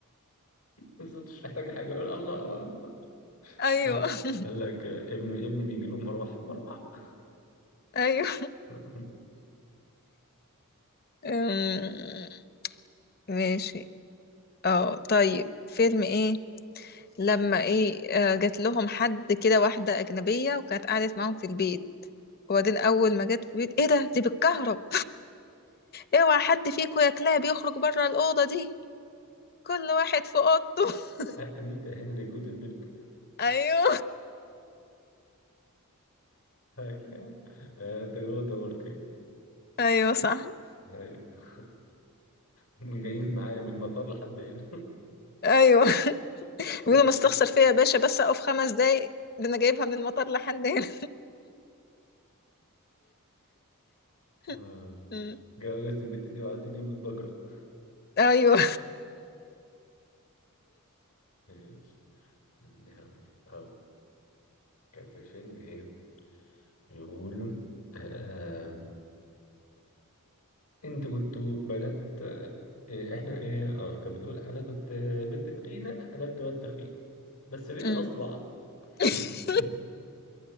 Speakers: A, on the left; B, on the left.
A: بالظبط مش محتاجة حاجة يقول الله
B: ايوه
A: <laughs>
B: <laughs>
A: قال لك ابنه ابني بيجي له مروحه مروحه
B: ايوه
A: <laughs>
B: أم، ماشي اه طيب فيلم ايه لما ايه آه، جات لهم حد كده واحدة أجنبية وكانت قعدت معاهم في البيت وبعدين أول ما جت في البيت ايه ده دي بتكهرب اوعى حد فيكم يا كلاب يخرج بره الأوضة دي كل واحد في أوضته <laughs>
A: انيتا هنري جوتنبرج
B: ايوه
A: هاكلها تجربه دنماركيه
B: ايوه صح
A: أيوة. دول <laughs> جايين معايا من المطار لحد هنا
B: ايوه
A: <laughs>
B: يقولوا مستخسر
A: ج- ج-
B: فيا يا باشا بس أقف خمس دقايق ده أنا جايبها من المطار لحد هنا <laughs>
A: آه.
B: أمم.
A: جوزت البت دي وعطيتني بالبجرة
B: أيوه
A: ماشي استنى هقول لك. اه كان في الفيلم ايه يقولوا آه. انت كنتوا بنات آه، إيه، احنا ايه اه كانت بتقول انا كنت آه، بنت تخينه انا بنت واد تخين بس ليه
B: أمم.
A: اصلع
B: <laughs>
A: <laughs>